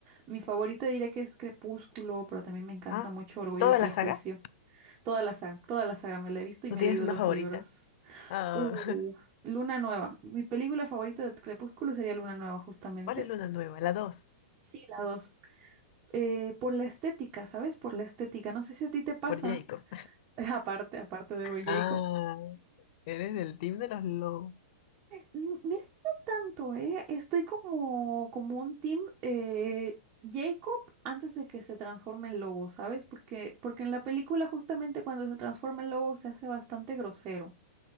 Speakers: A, on the right; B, on the left.
A: Mi favorita diré que es Crepúsculo, pero también me encanta
B: Ah,
A: mucho Orgullo
B: toda
A: y Prejuicio.
B: la saga.
A: Toda la saga, toda la saga me la he visto y
B: ¿No
A: me
B: tienes
A: he leído
B: una
A: los
B: favorita?
A: libros.
B: Ah,
A: Uh,
B: <laughs>
A: Luna Nueva. Mi película favorita de Crepúsculo sería Luna Nueva, justamente.
B: ¿cuál es Luna Nueva? La 2,
A: Sí, la dos. Eh, por la estética, ¿sabes? Por la estética. No sé si a ti te pasa,
B: por Jacob.
A: <laughs> aparte, aparte de Boy Jacob.
B: Ah, eres del team de los lobos.
A: Mm, Mira, no tanto, ¿eh? Estoy como, como un team eh, Jacob antes de que se transforme en lobo, ¿sabes? Porque, porque en la película justamente cuando se transforma en lobo se hace bastante grosero,